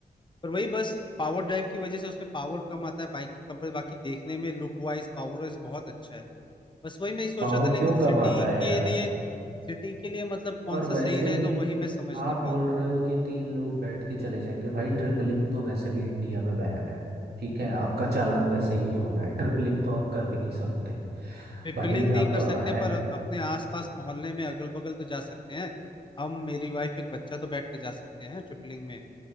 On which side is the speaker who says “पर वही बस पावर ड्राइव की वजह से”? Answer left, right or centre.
Left